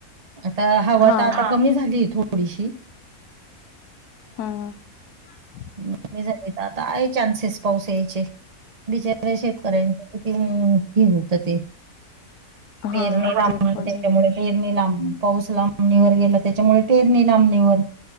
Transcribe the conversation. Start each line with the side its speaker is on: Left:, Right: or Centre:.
Right: आता हवा
Left: हां.
Right: -आता ह कमी झाली थोडी थोडशी
Left: हा. ह..
Right: हवा -कमी झाली आता आहे चान्सेस पाऊस यायचे बिचाऱ्या -शेतकऱ्यांचे -किती <unintelligible> होत ते पेरनी
Left: हां,
Right: लांब-
Left: ते पण
Right: त्याच्यामुळे-
Left: आहे.
Right: पेरणी लांब पाऊस लांबणीवर गेला त्याच्यामुळे पेरणी लांबणीवर